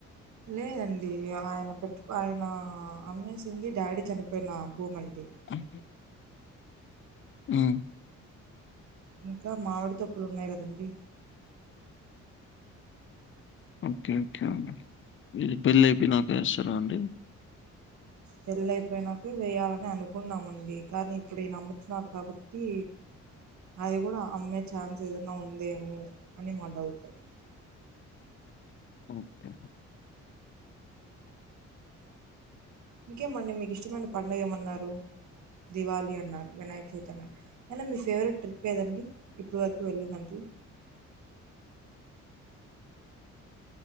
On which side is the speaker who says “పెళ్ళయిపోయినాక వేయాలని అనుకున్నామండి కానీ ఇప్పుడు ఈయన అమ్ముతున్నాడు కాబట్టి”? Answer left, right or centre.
Right